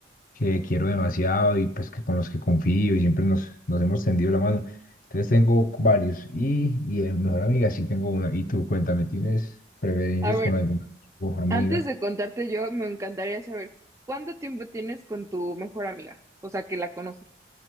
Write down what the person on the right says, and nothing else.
A ver,
Antes de contarte yo, me encantaría saber cuánto tiempo tienes con tu mejor amiga, o sea, que la conoces.